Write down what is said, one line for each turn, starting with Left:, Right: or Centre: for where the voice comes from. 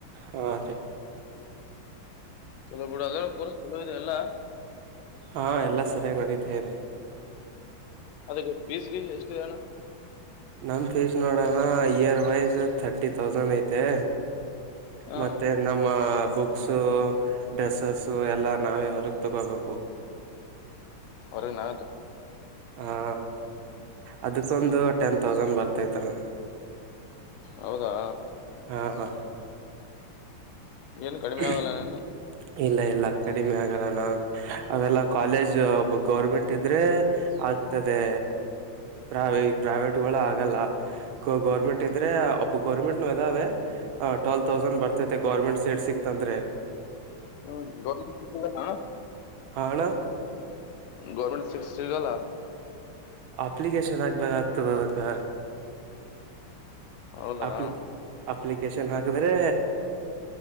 Right: ಹಾ ರೀ
Left: ಚಲ ಬಿಡಡು ಅದರಿಸಲವಿದೆ ಎಲ್ಲ
Right: ಹಾಂ ಎಲ್ಲ ಸರಿಯಾಗಿ ನಡೀತಾಯ ಇದೆ
Left: ಅದಕ್ಕೆ ಪೀಸ್ ಗೀಸ್ ಎಷ್ಟು ಜನ
Right: ನಮ್ಮ ಫೀಸ್ ನೋಡೋಣ ಇಯರ್ ವೈಸ್ ಥರ್ಟಿ ತೌಸಂಡ್ ಐತೆ
Left: ಹ್ಮ್
Right: ಮತ್ತೆ ನಮ್ಮ ಬುಕ್ಸು ಡ್ರೆಸ್ಸಸ್ಸು ಎಲ್ಲ ನಾವೇ ಹೊರಗೆ ತಗೋಬೇಕು
Left: ಅವರಗ ನ
Right: ಹಾ ಅದಕ್ಕೊಂದು ಟೆನ್ ತೌಸಂಡ್ ಬರ್ತೈತಣ್ಣ
Left: ಹೌದಾ
Right: ಹ ಹ
Left: ಏನ್ ಕಡಿಮೆ
Right: ಹಾ
Left: ಆಗಲ್ಲ ನಿನ್ನ
Right: ಇಲ್ಲ ಇಲ್ಲ ಕಡಿಮೆ ಆಗಲ್ಲೋಣ ಅವೆಲ್ಲ ಕಾಲೇಜ್ ಗೌರ್ಮೆಂಟ್ ಇದ್ರೆ ಆಗ್ತದೆ ಪ್ರ ಪ್ರವೇಟ್ಗಳು ಆಗಲ್ಲ ಗರ್ಮೆಂಟ್ ಇದ್ರೆ ಒಬ್ಬ ಗೌರ್ಮೆಂಟ್ ಇದಾವೆ ಟ್ವಲ್ತೌಸಂಡ್ ಬರ್ತೈತೆ ಗೌರ್ಮೆಂಟ್ ಸೀಟ್ ಸಿಕ ತಂದರೆೆ
Left: ಹ್ಮ ಗ <unintelligible>
Right: ಹಣ
Left: ಗೋರ್ಮೆಂಟ್ ಸಿಟ್ ಸಿಗಲ್ಲ
Right: ಅಪ್ಲಿಕೇಶನ್ ಅಕ್ಬೇಕಾಗ್ತದ ಅದಕ್ಕೆ
Left: ಹೌದಾ
Right: ಅಪ್ಲಿಕ ಅಪ್ಲಿಕೇಶನ್ ಹಾಕಿದ್ರೆ